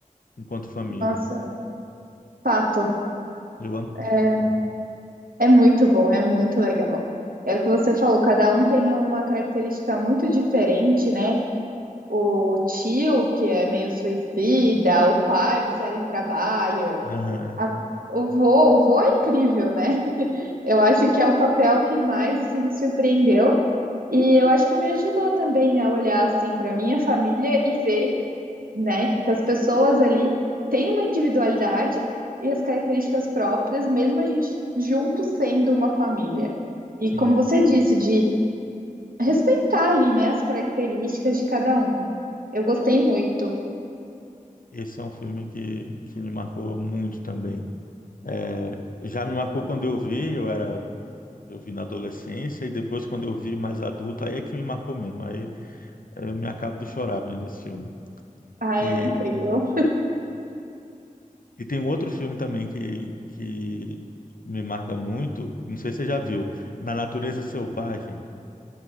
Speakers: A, on the left (about 75°); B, on the right (about 90°).
A: enquanto família.
B: Nossa, fato.
A: Eu amo muito
B: É,
A: esse filme.
B: é muito bom, é muito legal. É o que você falou, cada um tem uma característica muito diferente, né? O tio, que é meio suicida, o pai viciado em trabalho,
A: Aham,
B: a- o vô, o vô é incrível, né? <laughs> Eu acho que é o papel que mais assim, me surpreendeu. E eu acho que me ajudou também a olhar assim para minha família e ver né? Que, que as pessoas ali têm uma individualidade e as características próprias, mesmo a gente junto sendo uma família. E
A: sim.
B: como você disse, de respeitar ali, né, as características de cada um. Eu gostei muito.
A: Esse é um filme que, que me marcou muito também. É, já me marcou quando eu vi, eu era, eu vi na adolescência, e depois quando eu vi mais adulto, aí é que me marcou mesmo. Aí eu me acabo de chorar vendo esse filme.
B: Ah,
A: E,
B: é incrível.
A: e tem um outro filme também que, que me marca muito, não sei se você já viu, Na Natureza Selvagem.